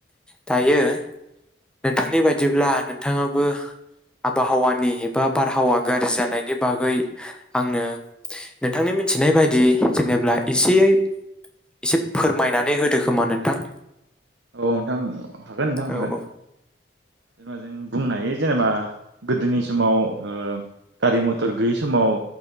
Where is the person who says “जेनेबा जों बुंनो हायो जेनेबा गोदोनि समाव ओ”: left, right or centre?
Right